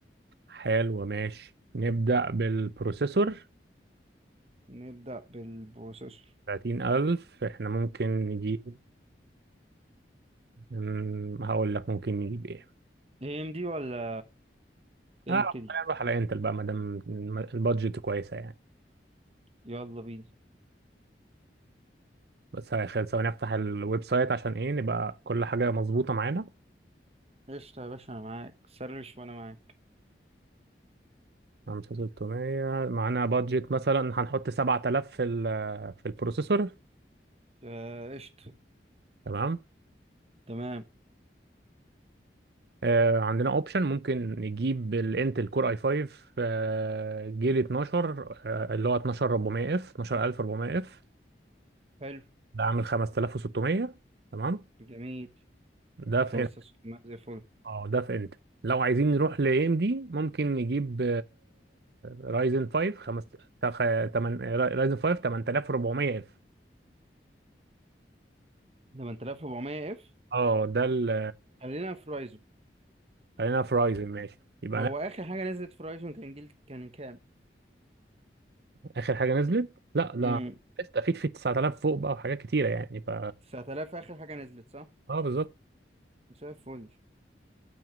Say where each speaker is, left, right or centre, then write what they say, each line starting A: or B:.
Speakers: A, on the right (about 65°); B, on the right (about 35°).
A: حلو ماشي نبدأ بالبروسيسور
B: نبدا بالبروسيسور
A: 30000 احنا ممكن نجيب أمم، هقول لك ممكن نجيب ايه
B: اي ام دي ولا انتل
A: اه خلينا نروح على انتل بقى مادام البادجت كويسة يعني
B: يلا بينا
A: بس هيخلي ثواني افتح الويب سايت عشان ايه نبقى كل حاجة مظبوطة معانا
B: قشطه يا باشا انا معاك سرش وانا معاك
A: 5600 معانا بادجت مثلا هنحط 7000 في ال... في البروسيسور
B: آه، قشطه
A: تمام
B: تمام
A: آه، عندنا اوبشن ممكن نجيب الانتل كور اي 5 آه، جيل 12 آه، اللي هو 12400 اف 12400 اف
B: حلو
A: ده عامل 5600 تمام
B: جميل
A: ده في
B: 5600
A: انتل
B: زي الفل
A: اه ده في انتل لو عايزين نروح لاي ام دي ممكن نجيب رايزن 5 خمس تخ- تمن رايزن 5 8400 اف
B: 8400 اف
A: اه ده ال-
B: خلينا في رايزو
A: خلينا في رايزن ماشي يبقى
B: هو
A: أنا
B: اخر حاجه نزلت في رايزون كان جيل كان كام
A: اخر حاجه نزلت لا لا
B: امم
A: استفيد في 9000 فوق بقى وحاجات كتيره يعني ف
B: 9000 اخر حاجه نزلت صح
A: اه بالظبط
B: زي الفل